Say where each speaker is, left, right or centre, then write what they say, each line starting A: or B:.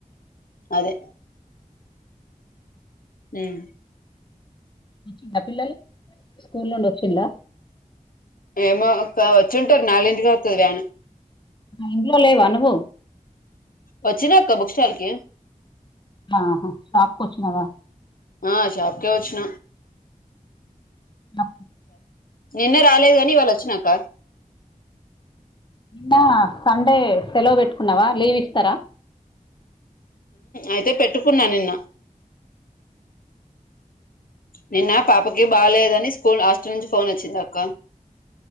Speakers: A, on the left; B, on the left.
A: అదే మ్మ్
B: వచ్చిండా పిల్లలు స్కూల్ నుండి వచ్చిళ
A: ఏమో అక్క వచ్చుంటారు నాలుంటికే వత్తది వ్యాను
B: ఇంట్లో లేవా నువ్వు
A: వచ్చినా అక్క బుక్ స్టాల్ కి
B: ఆహా షాప్ కొచ్చున్నవా
A: ఆ షాప్ కే వచ్చిన
B: నా
A: నిన్న రాలేదు గాని ఇవాళ వచ్చినాక
B: నిన్న సండే సెలవు పెట్టుకున్నావా లీవ్ ఇస్తరా
A: అయితే పెట్టుకున్నా నిన్న నిన్న పాపకి బాలేదని స్కూల్ హాస్టల్ నుంచి ఫోన్ వచ్చిందక్క